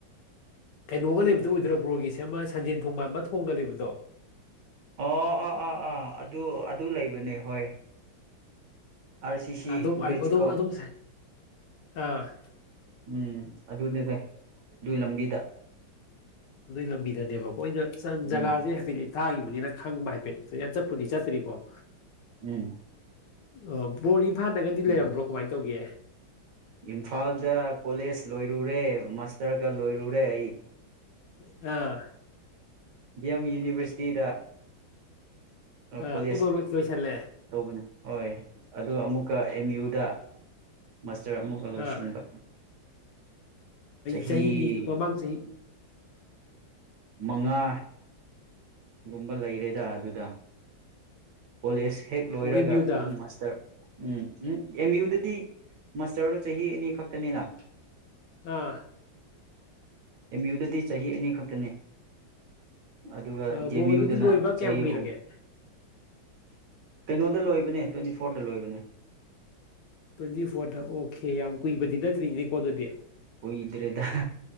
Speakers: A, on the left; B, on the right.
A: ꯀꯩꯅꯣꯒ ꯂꯩꯕꯗꯣ ꯑꯣꯏꯗ꯭ꯔꯕ꯭ꯔꯣꯒꯤꯁꯦꯃ ꯁꯟꯖꯦꯟ ꯊꯣꯡ ꯃꯥꯟꯕꯗꯣ ꯊꯣꯡꯒ ꯂꯩꯕꯗꯣ
B: ꯑꯣ ꯑꯥ ꯑꯥ ꯑꯥ ꯑꯗꯨ ꯑꯗꯨ ꯂꯩꯕꯅꯦ ꯍꯣꯏ ꯑꯥꯔ ꯁꯤ ꯁꯤ
A: ꯑꯗꯨꯝ ꯑꯗꯨꯝ
B: ꯕ꯭ꯔꯤꯁ ꯒꯣ
A: ꯑꯗꯨꯝ ꯑꯥ
B: ꯎꯝ ꯑꯗꯨꯅꯤꯅꯦ ꯑꯗꯨꯢ ꯂꯝꯕꯤꯗ
A: ꯑꯗꯨꯒꯤ ꯂꯝꯕꯤꯗꯅꯦꯕꯀꯣ
B: ꯎꯝ
A: ꯖꯒꯥꯁꯦ ꯍꯥꯏꯐꯦꯠ ꯇꯥꯒꯤꯕꯅꯤꯅ ꯈꯪꯕ ꯍꯥꯏꯐꯦꯠ ꯌꯥꯝ ꯆꯠꯄꯨꯗꯤ ꯆꯠꯇ꯭ꯔꯤꯀꯣ
B: ꯎꯝ
A: ꯑꯣ ꯕꯣꯔ ꯏꯝꯐꯥꯜꯗꯒꯗꯤ ꯂꯩꯔꯝꯕ꯭ꯔꯣ
B: ꯎꯝ
A: ꯀꯃꯥꯏꯅ ꯇꯧꯒꯦ
B: ꯏꯝꯐꯥꯜꯗ ꯀꯣꯂꯦꯖ ꯂꯣꯏꯔꯨꯔꯦ ꯃꯥꯔꯇꯥꯔ ꯒ ꯂꯣꯏꯔꯨꯔꯦ ꯑꯩ
A: ꯑꯥ
B: ꯗꯤ ꯑꯦꯝ ꯌꯨꯅꯤꯚꯔꯁꯤꯇꯤꯗ
A: ꯑꯥ
B: ꯀꯣꯂꯦꯖ
A: ꯕꯨ ꯂꯣꯏꯁꯜꯂꯦ
B: ꯇꯧꯕꯅꯦ ꯍꯣꯏ ꯑꯗꯨꯒ ꯑꯃꯨꯛꯀ ꯑꯦꯝ ꯌꯨꯗ ꯃꯥꯁꯇꯔ ꯑꯃꯨꯛꯀ ꯂꯣꯏꯁꯤꯟꯕ
A: ꯑꯥ
B: ꯆꯍꯤ
A: ꯆꯍꯤꯗꯤ ꯃꯃꯥꯡ ꯆꯍꯤ
B: ꯃꯉꯥ ꯒꯨꯝꯕ ꯂꯩꯔꯦꯗ ꯑꯗꯨꯗ ꯀꯣꯂꯦꯖ ꯍꯦꯛ ꯂꯣꯏꯔꯒ
A: ꯑꯣ ꯑꯦꯝ ꯌꯨꯗ
B: ꯑꯗꯨꯝꯁ ꯇꯔ ꯎꯝ ꯎꯝ ꯑꯦꯝ ꯌꯨꯗꯗꯤ ꯃꯥꯁꯇꯔꯗꯣ ꯆꯍꯤ ꯑꯅꯤ ꯈꯛꯇꯅꯤꯅ
A: ꯑꯥ
B: ꯑꯦꯝ ꯌꯨꯗꯗꯤ ꯆꯍꯤ ꯑꯅꯤ ꯈꯛꯇꯅꯤ ꯑꯗꯨꯒ ꯗꯤ
A: ꯕ꯭ꯔꯣ
B: ꯑꯦꯝ
A: ꯑꯗꯨꯗꯤ
B: ꯌꯨꯗꯅ
A: ꯂꯣꯏꯕ ꯀꯌꯥꯝ
B: ꯆꯍꯤ
A: ꯀꯨꯏꯔꯒꯦ
B: ꯑꯍꯨꯝ ꯀꯩꯅꯣꯗ ꯂꯣꯏꯕꯅꯦ ꯇ꯭ꯋꯦꯟꯇꯤ ꯐꯣꯔꯗ ꯂꯣꯏꯕꯅꯦ
A: ꯇ꯭ꯋꯦꯟꯇꯤ ꯐꯣꯔꯗ ꯑꯣꯀꯦ ꯌꯥꯝ ꯀꯨꯏꯕꯗꯤ ꯅꯠꯇ꯭ꯔꯤꯅꯦꯀꯣ ꯑꯗꯨꯗꯤ
B: ꯀꯣꯏꯗ꯭ꯔꯦꯗ